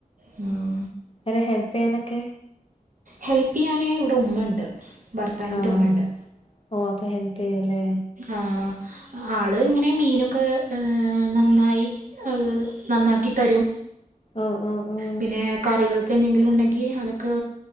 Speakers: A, on the right (about 70°); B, on the left (about 40°).
A: അ.
B: അ. ര ഹെൽപിയാനൊക്കെ
A: ഹെൽപ്പീയാന് ഇവിടെ ഉമ്മണ്ട്. ഭർത്താവിൻ്റെ
B: ആഹ്
A: ഉമ്മണ്ട്
B: ഓ അപ്പൊ ഹെൽപിയുല്ലേ.
A: ആഹ് ആള് ഇങ്ങനെ മീനൊക്കെ ഏ നന്നായി നന്നാക്കി തരും.
B: ഒ ഒ. ഓ
A: പിന്നെ കറികൾക്ക് എന്തെങ്കിലും ഉണ്ടെങ്കി അതൊക്കെ